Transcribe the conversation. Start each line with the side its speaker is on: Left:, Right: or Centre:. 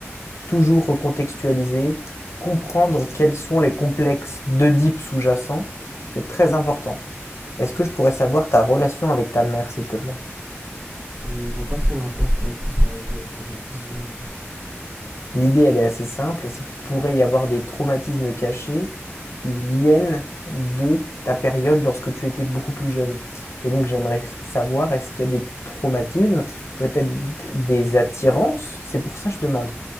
Left: Toujours recontextualiser, comprendre quels sont les complexes d'Oedipe sous-jacents, c'est très important. Est-ce que je pourrais savoir ta relation avec ta mère, s'il te plaît?
Right: Je vois pas trop le rapport pour être transparent avec vous avec euh, cette question. euh.
Left: L'idée, elle est assez simple, c'est qu'il pourrait y avoir des traumatismes cachés qui viennent de ta période lorsque tu étais beaucoup plus jeune. Et donc j'aimerais savoir, est-ce qu'il y a des traumatismes, peut-être des attirances C'est pour ça que je demande.